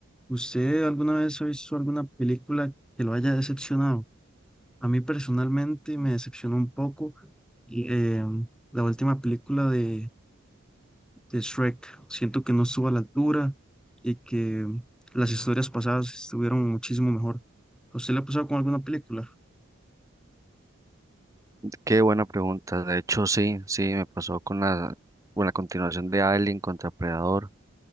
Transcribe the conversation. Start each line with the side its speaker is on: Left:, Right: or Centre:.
Centre: ¿Usted alguna vez ha visto alguna película que lo haya decepcionado? A mí personalmente me decepcionó un poco y, em, la última película de, de Shrek. Siento que no estuvo a la altura y que las historias pasadas estuvieron muchísimo mejor. ¿A usted le ha pasado con alguna película?
Right: Qué buena pregunta. De hecho, sí, sí, me pasó con la, con la continuación de Alien contra Predador.